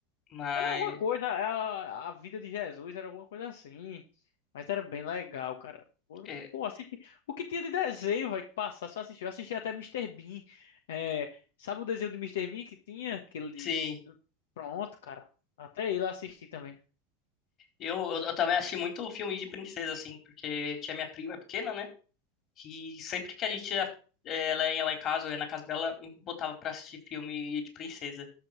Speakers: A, on the left; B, on the left.
A: mas.
B: Era alguma coisa, a, a vida de Jesus era alguma coisa assim. Mas era bem legal, cara. Pô,
A: é,
B: pô, assisti. O que tinha de desenho, vai, que passar, só assistiu. Eu assisti até Mister Bean. É, sabe o desenho do Mister Bean que tinha? Que ele...
A: Sim.
B: Pronto, cara. Até ele eu assisti também.
A: Eu, eu, eu também assisti muito filme de princesa, assim, porque tinha minha prima pequena, né? que sempre que a gente ia, eh, ela ia lá em casa, ou ia na casa dela, me botava pra assistir filme de princesa.